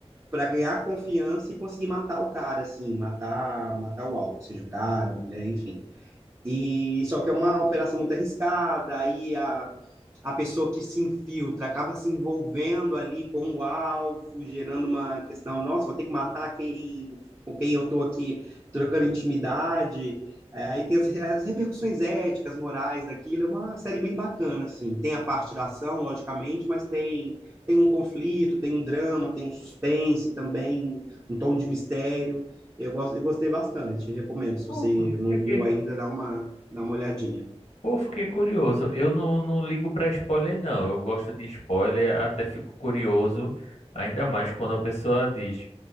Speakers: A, on the right; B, on the left.
A: para ganhar confiança e conseguir matar o cara assim, matar matar o alvo, seja o cara, a mulher, enfim. E só que é uma operação muito arriscada, aí a a pessoa que se infiltra acaba se envolvendo ali com o alvo, gerando uma questão, nossa, vou ter que matar quem, com quem eu estou aqui trocando intimidade. É, aí tem as, as, repercussões éticas, morais daquilo, é uma série bem bacana, assim. Tem a parte da ação, logicamente, mas tem, tem um conflito, tem um drama, tem um suspense também, um tom de mistério. Eu, gosto, eu gostei bastante, recomendo. Se
B: Pô,
A: você não
B: fiquei,
A: viu ainda, dá uma, dá uma olhadinha.
B: pô, fiquei curioso. Eu não, não ligo pra spoiler, não. Eu gosto de spoiler, até fico curioso, ainda mais quando a pessoa diz.